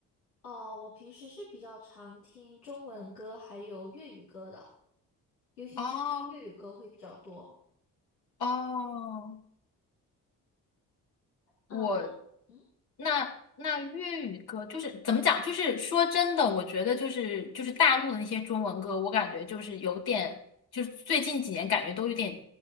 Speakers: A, on the left; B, on the left.
A: 哦，我平时是比较常听中文歌还有粤语歌的，尤其是听粤语歌会比较多。
B: 哦哦
A: 嗯
B: 我
A: 嗯。
B: 那那粤语歌就是怎么讲？就是说真的，我觉得就是就是大陆的那些中文歌，我感觉就是有点，就是最近几年感觉都有点